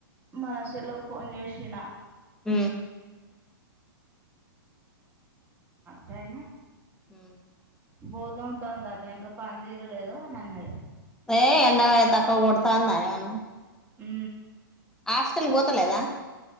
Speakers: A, on the right; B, in the centre.
A: మన చెట్లకు ఫోన్ చేసిన
B: హ
A: మాయినా
B: హ
A: బోలతందట ఇంకా పని తీరలేదా అని అన్నాడు
B: ఏ ఎంట తకువ కొతాందామన్న
A: ఉ
B: హాస్టల్ పోతలేదా